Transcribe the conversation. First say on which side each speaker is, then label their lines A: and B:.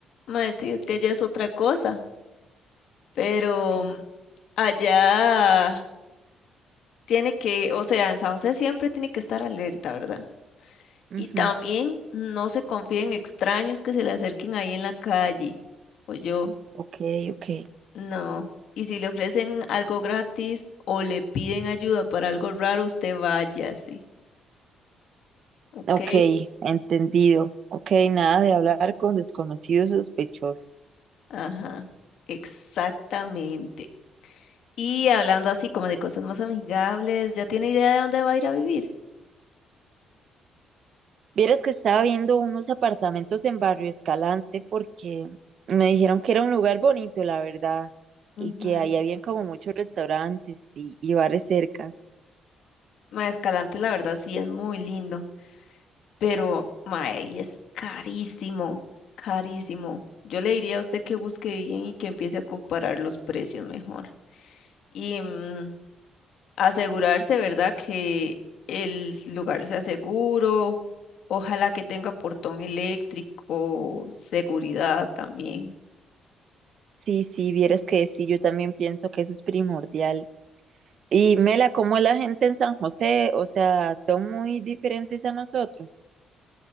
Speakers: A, on the left; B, on the right.
A: Mae, sí, es que allá es otra cosa, pero
B: Sí.
A: mm, allá tiene que, o sea, en San José siempre tiene que estar alerta, ¿verdad?
B: ujú,
A: Y también no se confíen en extraños que se le acerquen ahí en la calle. O yo,
B: Ok, ok.
A: no. Y si le ofrecen algo gratis o le piden ayuda para algo raro, usted váyase. ¿Ok?
B: Ok, entendido. Ok, nada de hablar con desconocidos sospechosos.
A: Ajá. Exactamente. Y hablando así como de cosas más amigables, ¿ya tiene idea de dónde va a ir a vivir?
B: Vieras que estaba viendo unos apartamentos en Barrio Escalante porque me dijeron que era un lugar bonito, la verdad,
A: Ujú.
B: y que ahí habían como muchos restaurantes y, y bares cerca.
A: Ma, Escalante, la verdad, sí es muy lindo. pero mae, y es carísimo, carísimo. Yo le diría a usted que busque bien y que empiece a comparar los precios mejor. Y mm, asegurarse, ¿verdad? Que el lugar sea seguro, ojalá que tenga portón eléctrico, seguridad también.
B: Sí, sí, vieras que sí, yo también pienso que eso es primordial. Y Mela, ¿cómo es la gente en San José? O sea, son muy diferentes a nosotros.